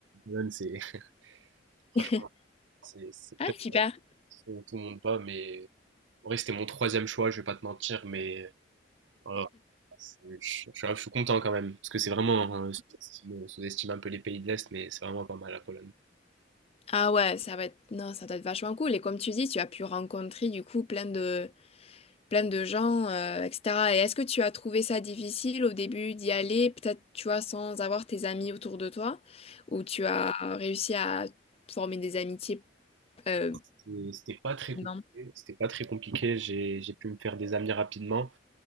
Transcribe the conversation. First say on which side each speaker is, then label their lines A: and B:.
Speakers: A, on the right; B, on the left.
A: Pologne, c'est <laughs> franchement.
B: <laughs>
A: C'est c'est
B: Ah,
A: peut-être
B: super.
A: où tout le monde pas mais en vrai, c'était mon troisième choix, je vais pas te mentir, mais voilà, je, je- je- suis content quand même, parce que c'est vraiment, un- on sous-estime on sous-estime un peu les pays de l'Est, mais c'est vraiment pas mal la Pologne.
B: Ah ouais, ça va être non, ça doit être vachement cool. Et comme tu dis, tu as pu rencontrer du coup plein de plein de gens, euh, etc. Et est-ce que tu as trouvé ça difficile au début d'y aller, peut-être tu vois, sans avoir tes amis autour de toi, ou tu as réussi à former des amitiés euh,
A: C'était c'était pas très compliqué,
B: non.
A: c'était pas très compliqué, j'ai j'ai pu me faire des amis rapidement.